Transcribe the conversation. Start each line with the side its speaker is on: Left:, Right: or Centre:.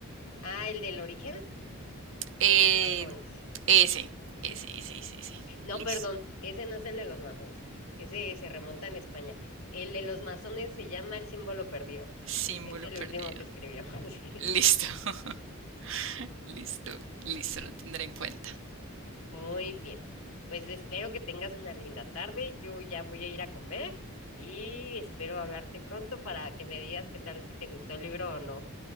Left: Ah, el del origen
Right: Eh,
Left: de los masones.
Right: ese, ese, ese, ese, ese.
Left: No,
Right: Listo.
Left: perdón, ese no es el de los masones. Ese se remonta en España. El de los masones se llama El símbolo perdido.
Right: Símbolo
Left: Es el
Right: perdido.
Left: último que escribió. <laughs> Sí.
Right: Listo, <laughs> listo, listo, lo tendré en cuenta.
Left: Muy bien. Pues espero que tengas una linda tarde. Yo ya voy a ir a comer y espero hablarte pronto para que me digas qué tal si te gustó el libro o no.